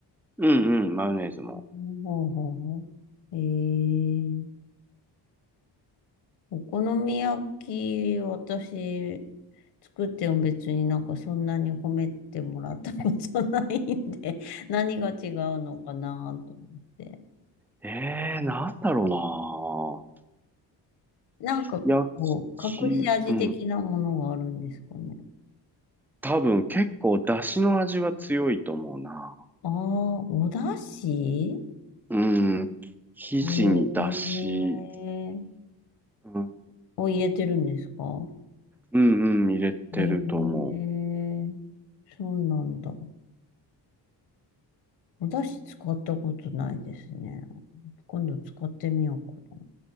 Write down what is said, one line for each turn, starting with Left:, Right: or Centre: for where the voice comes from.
Centre: うんうん、マヨネーズも。
Left: うんほうほうほう。へえ。お好み焼き、私、作っても別になんかそんなに褒めてもらったことないんで、<laughs> 何が違うのかなと思って。
Centre: ええ、なんだろ
Left: なんかこう、
Centre: うな。焼き、
Left: 隠し味的なものがあるんですかね。
Centre: うん。多分結構出汁の味は強いと思うな。
Left: ああ、お出汁
Centre: うん。生地に出汁、
Left: ええ
Centre: うん、
Left: を入れてるんですか
Centre: うんうん、入れてると思
Left: ええそうなんだ。お出汁使ったことないですね。今度使ってみようかな。